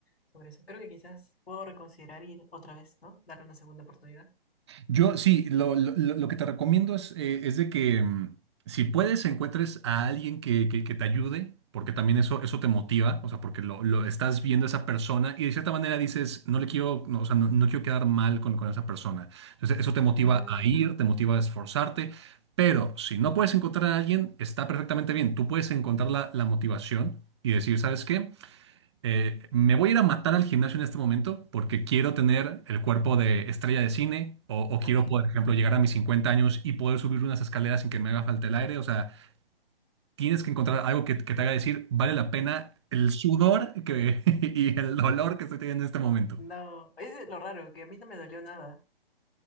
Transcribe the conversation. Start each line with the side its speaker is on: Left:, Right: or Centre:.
Left: sobre eso. Creo que quizás puedo reconsiderar ir otra vez, ¿no? Darle una segunda oportunidad.
Right: Yo sí, lo, lo- lo- lo que te recomiendo es, eh, es de que mm, si puedes encuentres a alguien que, que- que te ayude, porque también eso, eso te motiva, o sea, porque lo, lo estás viendo a esa persona y de cierta manera dices, no le quiero, no, o sea, no, no quiero quedar mal con, con esa persona. Entonces, eso te motiva
Left: Mm,
Right: a ir, te motiva a esforzarte, pero si no puedes encontrar a alguien, está perfectamente bien. Tú puedes encontrar la, la motivación y decir, ¿sabes qué? eh, me voy a ir a matar al gimnasio en este momento porque quiero tener el cuerpo de estrella de cine o, o
Left: ok,
Right: quiero, por ejemplo, llegar a mis 50 años y poder subir unas escaleras sin que me haga falta el aire. O sea, tienes que encontrar algo que, que te haga decir, vale la pena el sudor que, <laughs> y el dolor que estoy teniendo en este momento.
Left: no, es lo raro, que a mí no me dolió nada,